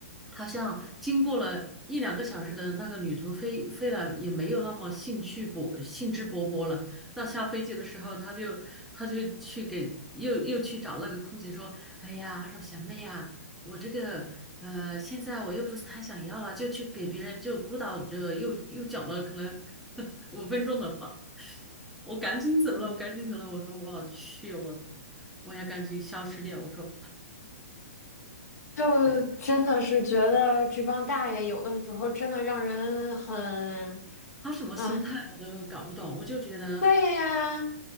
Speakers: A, in the centre; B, on the left.
A: 好像经过了一两个小时的那个旅途飞飞了，也没有那么兴趣勃兴致勃勃了。到下飞机的时候，他就他就去给又又去找那个空姐说，哎呀，说小妹呀。我这个呃，现在我又不是太想要了，就去给别人就孤岛着，又又讲了可能 <laughs> 五分钟的话，我赶紧走了，
B: 嗯，
A: 我赶紧走了。我说我去，我我要赶紧消失掉。我说，
B: 就真的是觉得这帮大爷有的时候真的让人很。
A: 对，他什么心态我都搞不懂，
B: 啊，
A: 我就觉得。
B: 对呀，